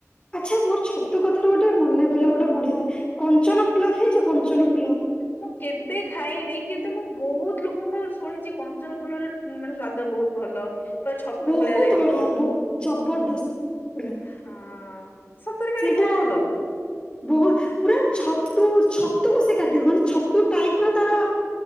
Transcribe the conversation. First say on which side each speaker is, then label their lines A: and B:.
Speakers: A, on the left (about 20°); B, on the left (about 40°).
A: ଆଚ୍ଛା ମୋର ଛତୁ କଥାରେ, ଗୋଟେ ମନେ ପହିଲା ଗୋଟେ ବଢିଆ, କଞ୍ଚନ ଫୁଲ ଖାଇଛ କଞ୍ଚନ ଫୁଲ?
B: ମୁଁ କେବେ ଖାଇନି। କିନ୍ତୁ ମୁଁ ବହୁତ ଲୋକଙ୍କ ପାଖରୁ ଶୁଣିଛି। କଞ୍ଚନ ଫୁଲର ମାନେ ସ୍ଵାଦ ବହୁତ। ଭଲ। ପୁରା ଛତୁ
A: ବହୁତ
B: ଭଳିଆ ଲାଗିବ।
A: ବଢିଆ। ବହୁ ଜବରଦସ୍ତ। ପୁରା,
B: ହଁ ସତରେ କାଳେ
A: ସେଇଟା
B: ବହୁତ ଭଲ
A: ବହୁତ ପୁରା ଛତୁ ଛତୁ କୁ ସେ କାଟିବ। ମାନେ ଛତୁ ଟାଇପ ର ତାର,